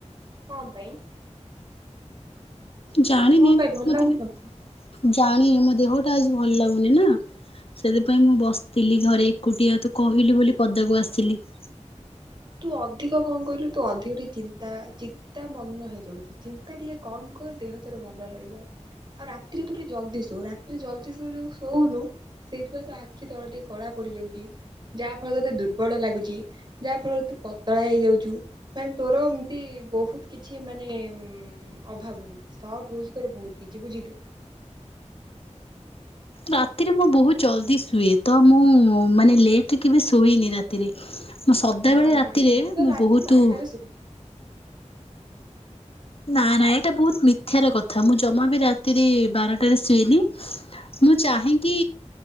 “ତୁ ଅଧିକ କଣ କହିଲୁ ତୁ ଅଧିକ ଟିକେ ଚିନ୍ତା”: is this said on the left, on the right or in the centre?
Right